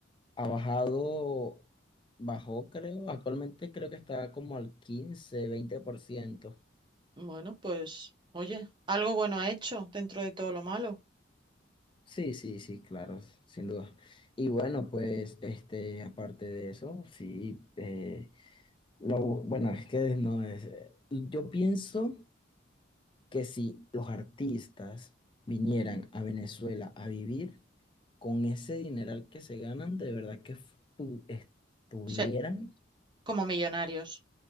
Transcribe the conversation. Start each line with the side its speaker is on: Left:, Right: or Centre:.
Left: ha bajado, bajó creo, actualmente creo que está como al quince veinte por ciento
Right: Bueno, pues, oye, algo bueno ha hecho dentro de todo lo malo.
Left: Sí, sí, sí, claro, sin duda. Y bueno, pues, este, aparte de eso, sí, eh, lo, bueno, es que no es, eh, yo pienso que si los artistas vinieran a Venezuela a vivir con ese dineral que se ganan, de verdad que fu- estuvieran,
Right: Sí, como millonarios.